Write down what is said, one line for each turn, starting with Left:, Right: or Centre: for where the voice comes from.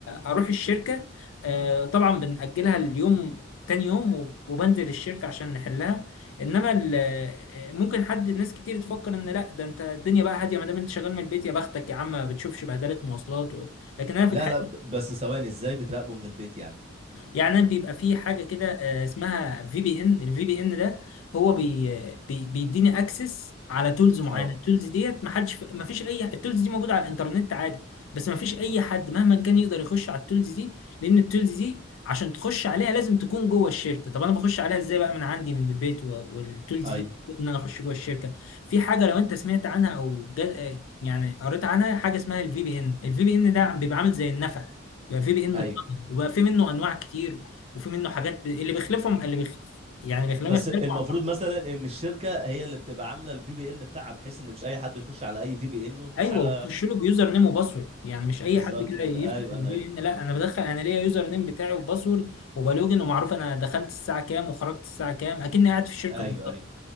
Left: آه، اروح الشركه آه، طبعا بنأجلها اليوم تاني يوم وب- وبنزل الشركه عشان نحلها انما ال- آه، ممكن حد ناس كتير تفكر ان لا ده انت الدنيا بقى هاديه ما دام انت شغال من البيت يا بختك يا عم ما بتشوفش بهدله مواصلات و... لكن انا في
Right: لا
Left: الحقيقه
Right: لا بس ثواني ازاي بتراقبه من البيت يعني
Left: يعني بيبقى في حاجه كده آه، اسمها في بي ان الفي بي ان ده هو بي بي بيديني اكسس على تولز معينه
Right: اه
Left: التولز ديت ما حدش ما فيش اي التولز دي موجوده على الانترنت عادي بس ما فيش اي حد مهما كان يقدر يخش على التولز دي لان التولز دي عشان تخش عليها لازم تكون جوه الشركه طب انا بخش عليها ازاي بقى من عندي من البيت و- والتولز
Right: ايوه
Left: دي ان انا اخش جوه الشركه في حاجه لو انت سمعت عنها او جا- يعني قريت عنها حاجه اسمها الفي بي ان الفي بي ان ده بيبقى عامل زي النفق يعني في بي ان
Right: ايوه
Left: اتطرد وبقى في منه انواع كتير وفي منه حاجات ب... اللي بيخلفهم اللي بيخ... يعني بيخليهم
Right: بس
Left: يختلفوا
Right: المفروض
Left: عن بعض
Right: مثلا ان الشركه هي اللي بتبقى عامله الفي بي ان بتاعها بحيث ان مش اي حد يخش على اي في بي ان ويخش
Left: ايوه
Right: على
Left: وتخش له بيوزر نيم وباسورد يعني مش
Right: بالظبط
Left: اي حد كده
Right: كده
Left: يفتح
Right: ايوه
Left: البي
Right: انا
Left: ان لا انا بدخل انا ليا يوزر نيم بتاعي وباسورد وبلوجن ومعروف انا دخلت الساعه كام وخرجت الساعه كام اكني قاعد في الشركه
Right: ايوه
Left: بالظبط
Right: ايوه